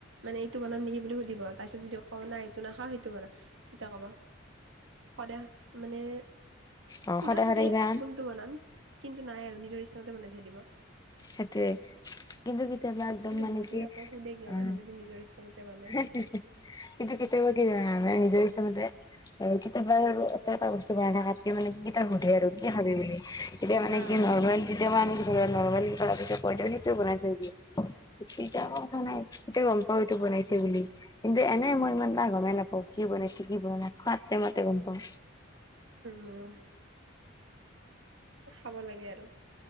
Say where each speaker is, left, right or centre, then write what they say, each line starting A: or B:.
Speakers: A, on the right (about 65°); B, on the left (about 20°).
A: মানে, এইটো বনাম নেকি বুলি সুধিব? তাপিছত, যদি কওঁ নাই, এইটো নাখাওঁ সেইটো বনা তেতিয়া ক'ব! সদায় মানে,
B: অ
A: সোধাত
B: সদায় সদায়
A: সোধে
B: ইমান
A: কোনটো বনাম? কিন্তু, নাই আৰু নিজৰ ইচ্ছামতে বনাই থৈ দিব।
B: সেইটোৱে! কিন্তু, কেতিয়াবা একদম,
A: কিন্তু
B: মানে
A: বুজি
B: কি?
A: নাপাওঁ সোধে কিয়
B: উম!
A: মানে যদি নিজৰ ইচ্ছামতে মান
B: হে! হে! হে! কিন্তু, কেতিয়াবা কি জানা? নিজৰ ইচ্ছামতে আৰু কেতিয়াবা আৰু এটা এটা বস্তু বনাই থাকাতকে মানে, কেইটা সোধে আৰু কি খাবি বুলি? তেতিয়া মানে
A: অ',
B: কি? নৰ্মেল, কেতিয়াবা আমি নর্মেল কিবা এ, কৈ দিওঁ সেইটোও বনাই থৈ দিয়ে। <unintelligible> কথা নাই। এইটোৱে গম পাওঁ এইটো বনাইছে ছে বুলি। কিন্তু, এনেই মই ইমানটা গমেই নাপাওঁ। কি বনাইছে, কি বনোৱা নাই, খোৱা টাইমতে গম পাওঁ।
A: মইয়ো, খাব লাগে আৰু।